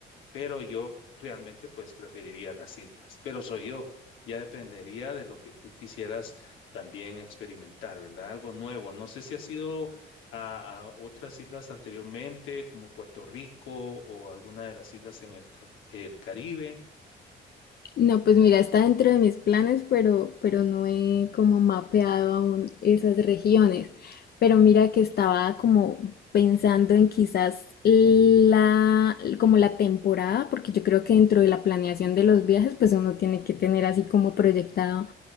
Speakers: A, on the left (about 80°); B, on the left (about 50°).
A: pero yo realmente pues preferiría las islas, pero soy yo. Ya dependería de lo que tú quisieras también experimentar, ¿verdad? Algo nuevo. No sé si has ido a, a otras islas anteriormente, como Puerto Rico o alguna de las islas en el, Ca- el Caribe.
B: No, pues mira, está dentro de mis planes, pero, pero no he como mapeado aún esas regiones. Pero mira que estaba como pensando en quizás la, como la temporada, porque yo creo que dentro de la planeación de los viajes, pues uno tiene que tener así como proyectado